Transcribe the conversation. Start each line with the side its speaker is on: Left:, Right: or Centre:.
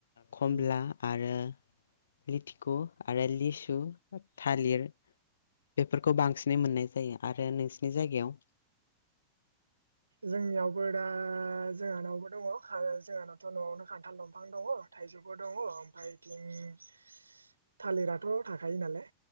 Left: खमला
Right: उम उम
Left: आरो। लिथिखु आरो लिसु थालिर बेफोरखौ बांसिन मोननाय जायो आरो नोंसोर नि जायगायाव
Right: जोंनियावबो दा जोंहानावबो दङ जोंहानावथ नआवनो खान्थाल दंफां दङ थाइजौबो दङ ओमफफ्राय बिथिं थालिराथ थाखायो नालाय